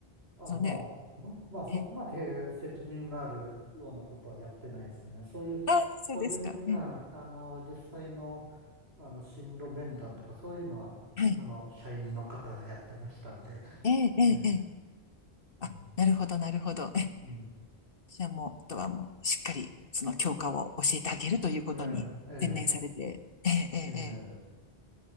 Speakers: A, on the right; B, on the left.
A: あ、
B: そのね、
A: まあ、まあそこまで責任のあるようなことはやってないですよね。
B: ええ、
A: そういう
B: あ、そうですか。
A: 個人的な、
B: ええ、
A: あの、実際の、あの、進路面談とか、そういうのは、
B: はい。
A: あの、社員の方がやってましたんで、
B: ええ、ええ、
A: ええ、
B: ええ。
A: うん、
B: あ、なるほど、なるほど。ええ
A: うん
B: じゃあもう、あとはもう、しっかり、その教科を教えてあげるということに専念されて、
A: ええ、
B: ええ、ええ、
A: ええ、ええ
B: ええ